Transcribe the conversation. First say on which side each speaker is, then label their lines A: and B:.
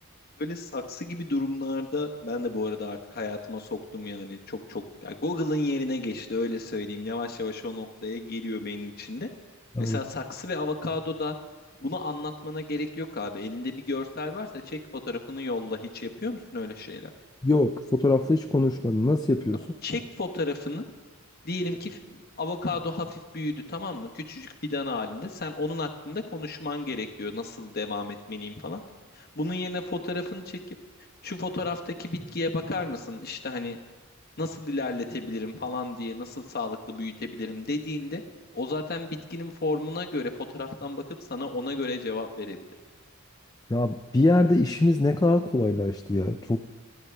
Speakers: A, on the left; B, on the left.
A: Böyle saksı gibi durumlarda ben de bu arada artık hayatıma soktum yani çok çok yani Google'ın yerine geçti öyle söyleyeyim. Yavaş yavaş o noktaya geliyor benim için de.
B: Aynen.
A: Mesela saksı ve avokado da bunu anlatmana gerek yok abi. Elinde bir görsel varsa çek fotoğrafını yolla. Hiç yapıyor musun öyle şeyler?
B: Yok, fotoğrafla hiç konuşmadım. Nasıl yapıyorsun?
A: Abi çek fotoğrafını Diyelim ki avokado hafif büyüdü tamam mı? Küçücük fidan halinde. Sen onun hakkında konuşman gerekiyor. Nasıl devam etmeliyim falan. Bunun yerine fotoğrafını çekip şu fotoğraftaki bitkiye bakar mısın? İşte hani nasıl ilerletebilirim falan diye nasıl sağlıklı büyütebilirim dediğinde o zaten bitkinin formuna göre fotoğraftan bakıp sana ona göre cevap verebilir.
B: Ya bir yerde işimiz ne kadar kolaylaştı ya. Çok